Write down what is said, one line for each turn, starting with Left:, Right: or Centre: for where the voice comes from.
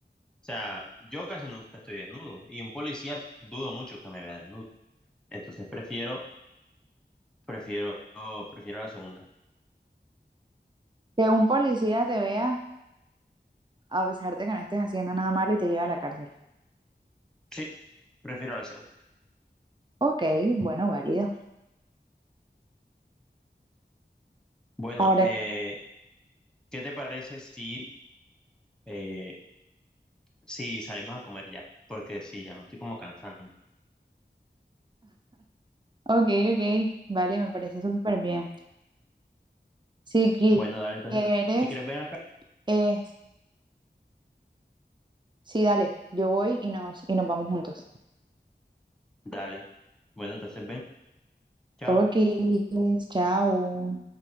Centre: sea, yo casi nunca estoy desnudo y un policía dudo mucho que me vea desnudo. Entonces prefiero, prefiero, prefiero la segunda.
Right: Que un policía te vea a pesar de que no estés haciendo nada malo y te lleve a la cárcel.
Centre: Sí, prefiero la segunda.
Right: Ok, bueno, válido.
Centre: Bueno,
Right: Ahora,
Centre: eh, ¿Qué te parece si, eh, si salimos a comer ya? Porque sí, ya me estoy como cansando.
Right: ok, ok, vale, me parece súper bien. Si qui-
Centre: Bueno, dale, entonces,
Right: quieres,
Centre: si quieres ven acá,
Right: eh, sí, dale, yo voy y nos, y nos vamos juntos.
Centre: dale. Bueno, entonces ven, chao.
Right: Ok, chao.